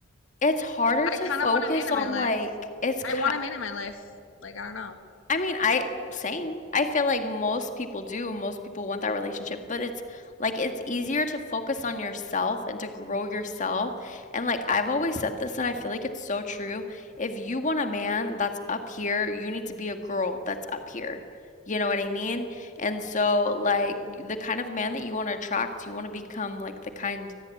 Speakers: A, on the left (about 40°); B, on the left (about 70°).
A: It's harder
B: I
A: to
B: kind
A: focus
B: of want a man in
A: on
B: my life.
A: like it's ki
B: I want a man in my life. Like, I don't know.
A: I mean, I same. I feel like most people do. Most people want that relationship, but it's like it's easier to focus on yourself and to grow yourself. And like I've always said this and I feel like it's so true. If you want a man that's up here, you need to be a girl that's up here. You know what I mean? And so like the kind of man that you want to attract, you want to become like the kind